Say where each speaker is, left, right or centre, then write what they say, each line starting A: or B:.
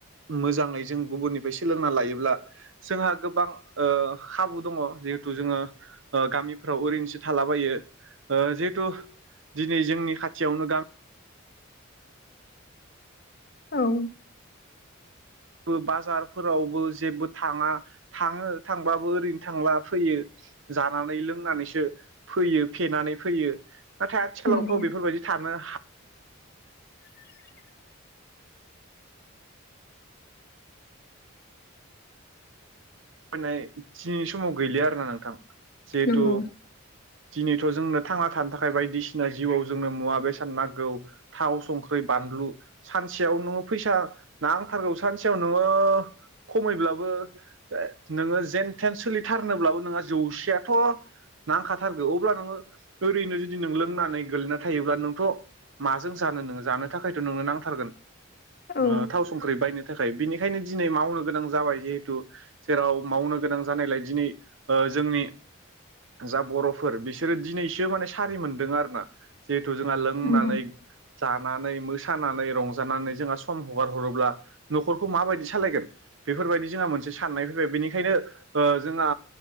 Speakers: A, on the right; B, on the left.
A: मोजाङै जों गुबुननिफाय सोलोंना लायोब्ला जोंहा गोबां ओ खाबु दङ'। जिहेथु जोङो ओ गामिफ्राव ओरैनोसो थालाबायो। ओ जिहेथु दिनै जोंनि खाथियावनो गाम
B: औ।
A: बो बाजारफोरावबो जेबो थाङा थाङो थांबाबो ओरैनो थांला फैयो। जानानै लोंनानैसो फैयो फेनानै फैयो। नाथाय आथिखालावथ'
B: नंगौ
A: बेफोरबायदि थानो हा
B: <unintelligible>
A: फाननाय थिनि समाव गैलिया आरोना नोंथां। जेहेथु
B: नंगौ
A: दिनैथ' जोंनो थांना थानो थाखाय बायदिसिना जिउआव जोंनो मुवा बेसाद नागौ। थाव, संख्रि, बानलु सानसेयाव न' फैसा नांथारगौ सानसेयाव नोङो खमैब्लाबो ओ नोङो जेनथेन सोलिथारनोब्लाबो नोंहा जौसेयाथ' नांखाथारगौ। अब्ला नोङो ओरैनो जुदि नों लोंनानै गोलैना थायोब्ला नोंथ' माजों जानो नोङो जानो थाखायथ' नोंनो नांथारगोन।
B: औ
A: ओ थाव, संख्रि बायनो थाखाय बिनिखायनो दिनै मावनो गोनां जाबाय जिहेतु जेराव मावनो गोनां जानायलाय दिनै ओ जोंनि जा बर'फोर बिसोरो दिनैसो माने सारि मोनदों आरोना। जिहेथु जोंहा लोंनानै
B: नंगौ
A: जानानै मोसानानै रंजानानै जोंहा सम हगार हरोब्ला न'खरखौ माबायदि सालायगोन? बेफोरबायदि जोंहा मोनसे साननाय फैबाय। बेनिखायनो ओ जोंहा